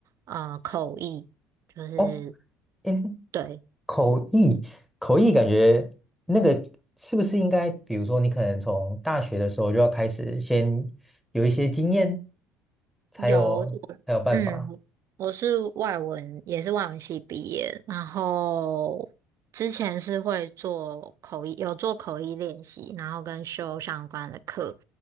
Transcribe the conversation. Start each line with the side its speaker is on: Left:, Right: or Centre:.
Right: 呃口译，就是
Centre: 哦，诶，
Right: 对，
Centre: 口译，口译感觉那个是不是应该，比如说你可能从大学的时候就要开始，先有一些经验，才有才有办法。
Right: 有，嗯，我是外文，也是外文系毕业，然后之前是会做口译，有做口译练习，然后跟修相关的课。